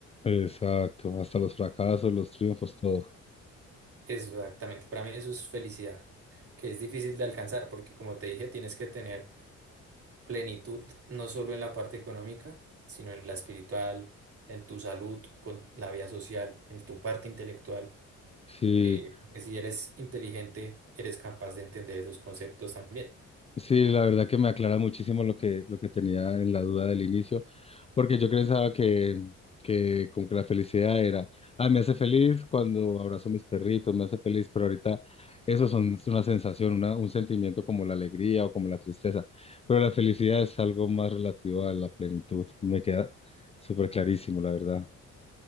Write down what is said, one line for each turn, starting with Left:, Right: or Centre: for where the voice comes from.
Left: exacto. Hasta los fracasos, los triunfos, todo.
Right: Exactamente, para mí eso es felicidad, que es difícil de alcanzar porque como te dije, tienes que tener plenitud, no solo en la parte económica, sino en la espiritual, en tu salud, con la vida social, en tu parte intelectual.
Left: Sí,
Right: eh, porque si eres inteligente, eres capaz de entender esos conceptos también.
Left: Sí, la verdad que me aclara muchísimo lo que, lo que tenía en la duda del inicio, porque yo pensaba que, que como que la felicidad era, ah, me hace feliz cuando abrazo a mis perritos, me hace feliz, pero ahorita eso son, es una sensación, una- un sentimiento como la alegría o como la tristeza, pero la felicidad es algo más relativo a la plenitud, me queda súper clarísimo, la verdad.